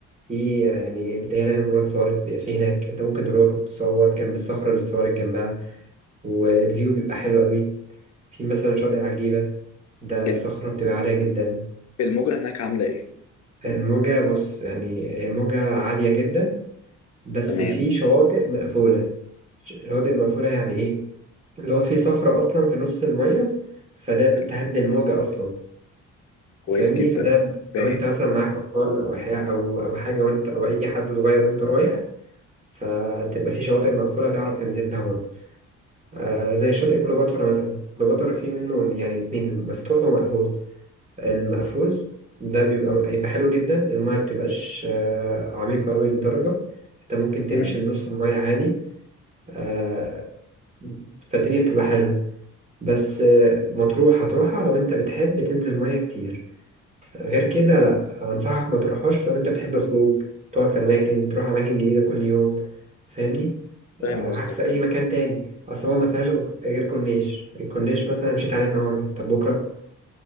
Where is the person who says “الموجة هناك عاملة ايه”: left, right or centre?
Left